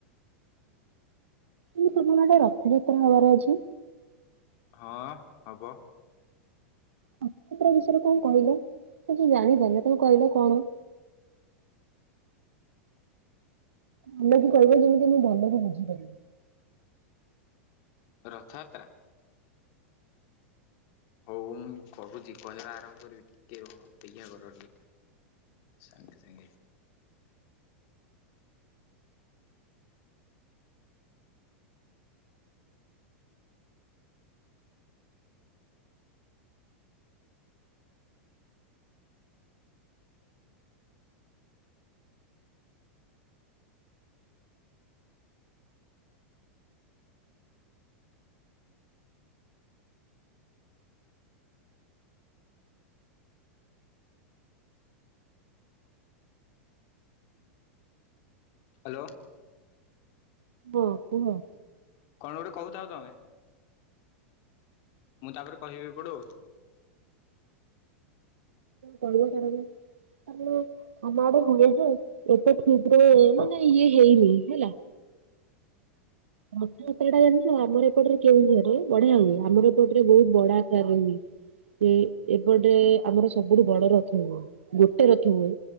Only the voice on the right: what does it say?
ଏଇ କୋଉଦିନ ମା ଗୋଟେ ରଥଯାତ୍ରା ହବାର ଅଛି?
ରଥଯାତ୍ରା ବିଷୟରେ କଣ କହିଲ ତ ସେ ଜାଣିପାରିନି ତାକୁ କହିଲ କଣ? ଭଲକି କହିବ ଯେମିତି ମୁଁ ଭଲକି ବୁଝି ପାରିବି।
ବୋଉ ମ
କଣମ <unintelligible> ସବେଳେ ଆମ ଆଡେ ହୁଏ ଯେ ଏତେ ଠିକ୍ ରେ ମାନେ ଇଏ ହେଇନି ହେଲା। ରଥଯାତ୍ରା ଟା ଜାଣିଚ ଆମର ଏପଟରେ କେଉଁଝର ରେ ବଢିଆ ହୁଏ। ଆମର ଏପଟରେ ବହୁତ ବଡ ଆକାର ରେ ହୁଏ। ଏ ଏପଟେ ଆମର ସବୁଠୁ ବଡ ରଥ ହୁଏ। ଗୋଟେ ରଥ ହୁଏ।